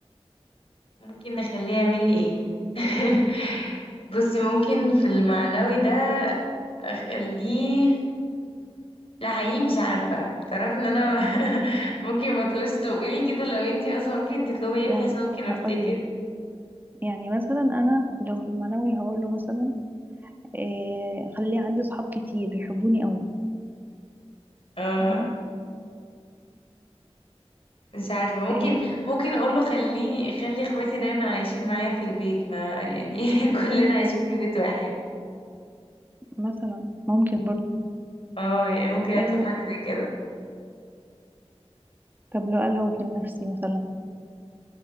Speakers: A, on the left; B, on the right.
A: ممكن نخليه يعمل لي ايه <laughs> بصي ممكن في المعنوي ده اخليه لا حقيقي مش عارفة تعرف ان انا <laughs> ممكن ما اطلبش طب قولي كده لو انتي اصلا ممكن تطلبي ايه
B: يعني
A: بحيث ممكن
B: هقول
A: افتكر
B: لك يعني مثلا انا لو في المعنوي هقول له مثلا إيه خلي عندي صحاب كتير يحبوني قوي
A: اه
B: فاهمه
A: مش عارفة ممكن
B: إيه
A: ممكن اقوله خليه خلي اخواتي دايما عايشين معايا في البيت ما يعني <laughs> كلنا عايشين في بيت واحد
B: مثلا ممكن برضو
A: اه يعني ممكن اطلب
B: إيه
A: حاجة زي كده
B: طب لو لو في النفسي مثلا